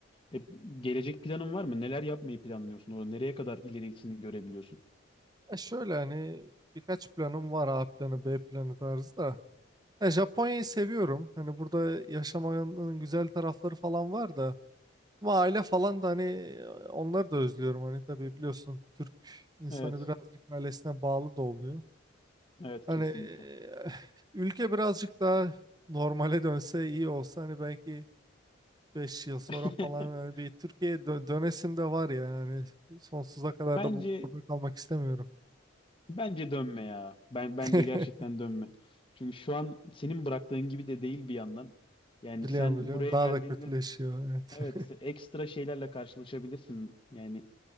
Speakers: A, on the left (about 25°); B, on the right (about 20°).
A: E, gelecek planın var mı? Neler yapmayı planlıyorsun? Orada nereye kadar ilerisini görebiliyorsun?
B: Ya şöyle hani birkaç planım var A planı B planı tarzı da. Ya Japonya'yı seviyorum. Hani burada yaşamanın güzel tarafları falan var da. Ama aile falan da hani onları da özlüyorum. Hani tabii biliyorsun Türk insanı
A: Evet,
B: birazcık ailesine bağlı da oluyor.
A: evet
B: Hani
A: kesinlikle.
B: eh, ülke birazcık daha normale dönse iyi olsa hani belki 5 yıl sonra
A: <laughs>
B: falan yani bir Türkiye'ye dö- dönesim de var ya yani sonsuza kadar
A: Bence
B: da bu- burada kalmak istemiyorum.
A: Bence dönme ya. Ben bence
B: <laughs>
A: gerçekten dönme. Çünkü şu an senin bıraktığın gibi de değil bir yandan. Yani
B: Biliyorum
A: sen
B: biliyorum.
A: buraya
B: Daha
A: geldiğinde
B: da kötüleşiyor. Evet.
A: evet
B: <laughs>
A: ekstra şeylerle karşılaşabilirsin. Yani